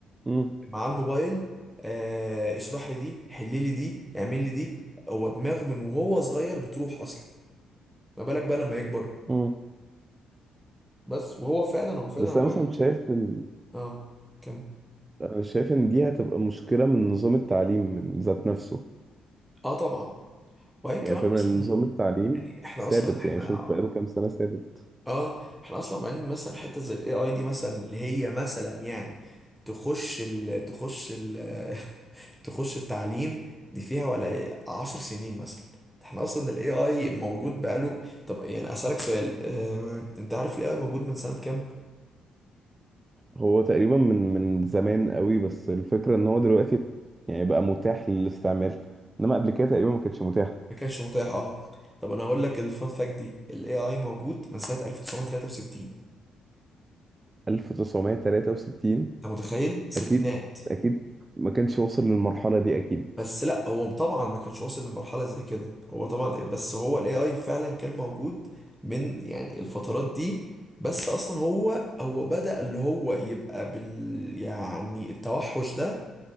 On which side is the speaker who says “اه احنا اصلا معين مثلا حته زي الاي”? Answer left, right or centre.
Centre